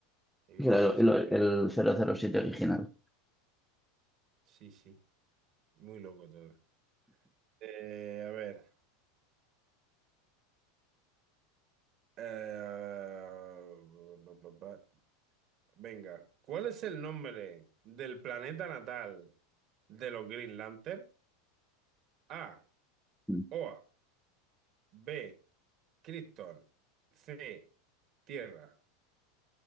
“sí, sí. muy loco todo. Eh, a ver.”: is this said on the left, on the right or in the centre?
Right